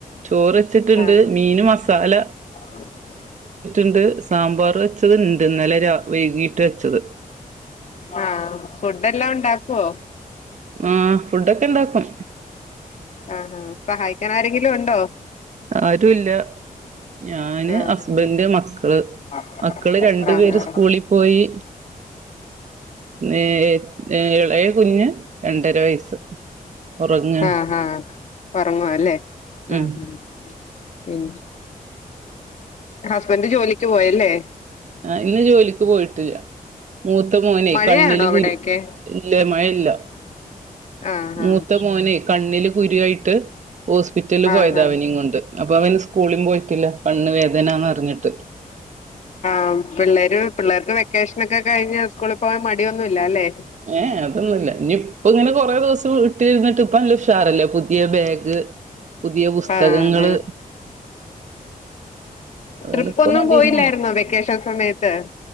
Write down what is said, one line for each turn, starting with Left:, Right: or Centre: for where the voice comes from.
Right: ചോറ് വച്ചിട്ടുണ്ട്
Left: ആ
Right: മീന് മസാല
Left: <unintelligible>
Right: ണ്ട് സാമ്പാർ വെച്ചത്ണ്ട് ഇന്നലെ രാ വൈകിട്ട് വെച്ചത്
Left: ആ ഫുഡ് എല്ലാം ഒണ്ടാക്കുവോ
Right: ആ ഫുഡൊക്കെ ഇണ്ടാക്കും
Left: ആങ്‌ഹാ സഹായിക്കാൻ ആരെങ്കിലും ഉണ്ടോ
Right: ആരു ഇല്ല ഞാന്
Left: ആ
Right: ഹസ്ബന്ഡ് മക്കള്
Left: ആഹ്
Right: മക്കള് രണ്ടു പേര് സ്കൂളിൽ പോയി ഏ എളേ കുഞ്ഞ് രണ്ടര വയസ്സ് ഉറങ്ങാണ്
Left: ആ ഹ ഹ ഉറങ്ങുവ അല്ലേ
Right: ഉം
Left: ആ ഹ പിന്നെ ഹസ്ബന്റ് ജോലിക്ക് പോയല്ലേ
Right: ആ ഇന്ന് ജോലിക്ക് പോയിട്ടില്ല മൂത്ത മോനെ
Left: മഴയാണോ
Right: കണ്ണില്
Left: അവിടെയൊക്കെ
Right: കുരു ഇല്ല മഴയില്ല
Left: ആഹ്
Right: മൂത്ത
Left: ആഹ്
Right: മോനെ കണ്ണിൽ കുരു ആയിട്ട് ഹോസ്പിറ്റലിൽ
Left: ആഹ്
Right: പോയതാ അവനേം കൊണ്ട് അപ്പൊ അവന് സ്‌ സ്കൂളും പോയിട്ടില്ല കണ്ണ് വേദനാന്ന് അറിഞ്ഞിട്ട്
Left: ആ പിള്ളേര് പിള്ളേർക്ക് വെക്കേഷനക്കെ കഴിഞ്ഞു സ്കൂളിൽ പോകാൻ മടിയൊന്നുമില്ല അല്ലേ
Right: ഏ അതൊന്നുമല്ല ഇനി ഇപ്പ ഇങ്ങനെ കൊറെേ ദിവസം ഇട്ടിരുന്നിട്ട് ഇപ്പല്ല ഉഷാറല്ലേ പുതിയ ബാഗ് പുതിയ പുസ്തകങ്ങള്
Left: ആഹ് അതെ
Right: അതുകൊണ്ട്
Left: ട്രിപ്പ്
Right: ഇപ്പ
Left: ഒന്നും
Right: മടിയൊന്നുല്ല
Left: പോയില്ലായിരുന്നോ വെക്കേഷൻ സമയത്ത്